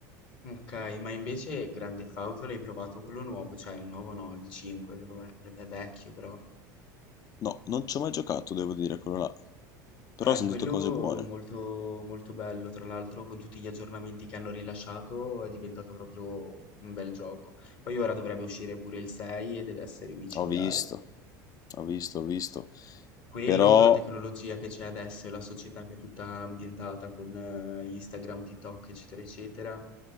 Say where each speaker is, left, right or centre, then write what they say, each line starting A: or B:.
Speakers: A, on the left (about 60°); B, on the left (about 40°).
A: ok, ma invece Grande Fauto l'hai provato quello nuovo, cioè il nuovo no, il 5, che vabbè, vabbè, è vecchio però.
B: No, non ci ho mai giocato, devo dire, quello là, però
A: Eh,
B: ho sentito
A: quello
B: cose buone.
A: molto, molto bello, tra l'altro con tutti gli aggiornamenti che hanno rilasciato è diventato proprio un bel gioco. Poi ora dovrebbe uscire pure il 6 e deve essere micidiale.
B: Ho visto, ho visto, ho visto.
A: Quello
B: Però
A: con la tecnologia che c'è adesso e la società che è tutta ambientata con eh, Instagram, TikTok, eccetera, eccetera.